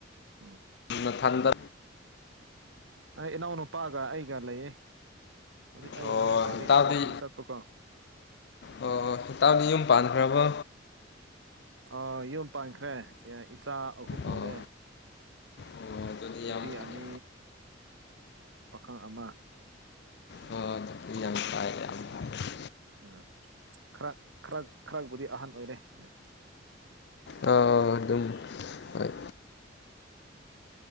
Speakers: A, on the right; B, on the left.
A: ꯎꯝ꯫
B: ꯅꯊꯟꯗ
A: ꯑꯩ ꯏꯅꯥꯎꯅꯨꯄꯥꯒ ꯑꯩꯒ ꯂꯩꯌꯦ ꯍꯧꯖꯤꯛ ꯑꯩ
B: ꯑꯣ
A: ꯏꯅꯥꯎꯅꯨꯄꯥꯗꯤ
B: ꯏꯇꯥꯎꯗꯤ
A: ꯋꯥꯛꯀꯤꯡ ꯆꯠꯄꯀꯣ꯫
B: ꯑꯣ ꯑꯣ ꯏꯇꯥꯎꯗꯤ ꯌꯨꯝ ꯄꯥꯟꯈ꯭ꯔꯕꯣ꯫
A: ꯑꯣ ꯌꯨꯝ ꯄꯥꯟꯈ꯭ꯔꯦ ꯏꯆꯥ ꯑꯍꯨꯝ ꯂꯩꯔꯦ꯫
B: ꯑꯣ ꯑꯣ ꯑꯗꯨꯗꯤ
A: ꯅꯨꯄꯤ
B: ꯌꯥꯝ ꯐꯩ
A: ꯑꯅꯤ ꯄꯥꯈꯪ ꯑꯃ꯫
B: ꯑꯣ ꯑꯣ ꯌꯥꯝ ꯐꯥꯔꯦ ꯌꯥꯝ ꯐꯔꯦ꯫
A: ꯑ ꯈꯔꯛ ꯈꯔꯛ ꯈꯔꯛꯕꯨꯗꯤ ꯑꯍꯟ ꯑꯣꯏꯔꯦ ꯑ꯫
B: ꯑꯥ ꯑꯗꯨꯝ꯫ ꯍꯣꯏ꯫